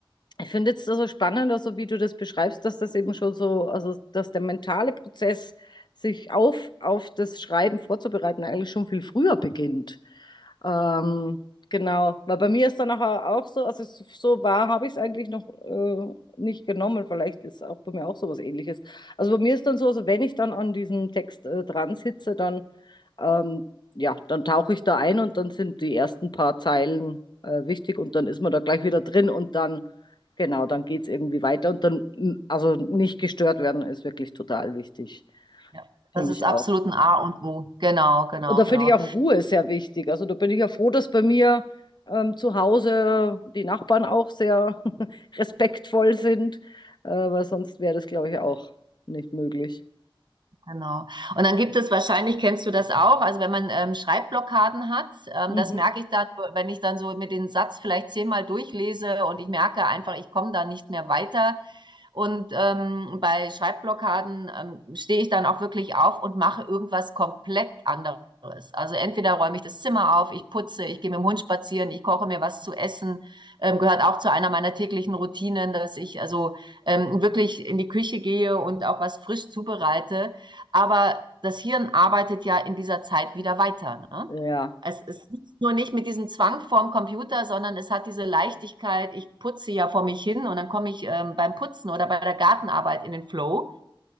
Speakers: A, on the left; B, on the right.
A: ich finde jetzt also spannend, also wie du das beschreibst, dass das eben schon so, also dass der mentale Prozess, sich auf, auf das Schreiben vorzubereiten, eigentlich schon viel früher beginnt. Ähm, genau, weil bei mir ist dann nachher auch so, also es- so wahr habe ich es eigentlich noch äh, nicht genommen. Vielleicht ist auch bei mir auch sowas Ähnliches. Also bei mir ist dann so, also wenn ich dann an diesem Text äh, dran sitze, dann ähm, ja, dann tauche ich da ein und dann sind die ersten paar Zeilen äh, wichtig und dann ist man da gleich wieder drin und dann genau, dann geht es irgendwie weiter und dann mm, also nicht gestört werden ist wirklich total wichtig,
B: Ja.
A: finde
B: Das ist
A: ich
B: absolut
A: auch.
B: ein A und O. Genau, genau,
A: Und da
B: genau.
A: finde ich auch Ruhe sehr wichtig. Also da bin ich ja froh, dass bei mir ähm, zu Hause die Nachbarn auch sehr <laughs> respektvoll sind, äh, weil sonst wäre das, glaube ich, auch nicht möglich.
B: Genau. Und dann gibt es wahrscheinlich, kennst du das auch, also wenn man ähm, Schreibblockaden hat, ähm,
A: Mhm.
B: das merke ich dann, wenn ich dann so mit den Satz vielleicht zehnmal durchlese und ich merke einfach, ich komme da nicht mehr weiter. Und ähm, bei Schreibblockaden ähm, stehe ich dann auch wirklich auf und mache irgendwas komplett anderes. Also entweder räume ich das Zimmer auf, ich putze, ich gehe mit dem Hund spazieren, ich koche mir was zu essen. Ähm, gehört auch zu einer meiner täglichen Routinen, dass ich also ähm, wirklich in die Küche gehe und auch was frisch zubereite. Aber das Hirn arbeitet ja in dieser Zeit wieder weiter. Ne?
A: Ja,
B: Es, ist nur nicht mit diesem Zwang vorm Computer, sondern es hat diese Leichtigkeit, ich putze ja vor mich hin und dann komme ich ähm, beim Putzen oder bei der Gartenarbeit in den Flow